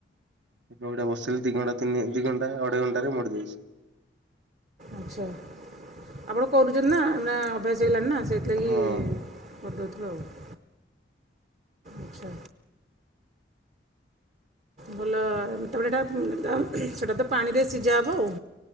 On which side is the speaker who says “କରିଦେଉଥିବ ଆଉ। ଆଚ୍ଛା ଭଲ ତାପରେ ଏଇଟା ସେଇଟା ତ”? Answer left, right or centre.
Right